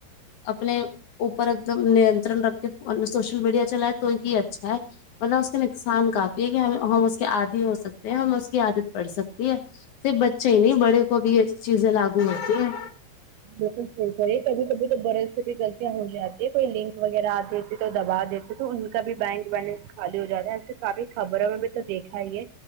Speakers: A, on the left (about 65°); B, on the right (about 80°).
A: اپنے اوپر ایک دم ننترن رکھ کے سوشل میڈیا چلائے تو ہی اچھا ہے مطلب اس کے نقصان کافی ہے کہ ہم اس کے عادی ہو سکتے ہیں ہم اس کی عادت پڑ سکتی ہے صرف بچے ہی نہیں بڑے کو بھی یہ چیزیں لاگو ہوتی ہیں
B: بالکل صحیحی کرے کبھی کبھی تو بڑے سے بی غلطیاں ہو جاتی ہے کوئی لنک وغیرہ آ دیتی تو دبا دیتی تو ان کا بھی بینک بیلنس خالی ہو جارا تو خالی خبروں میں تو دیکھا ہی ہے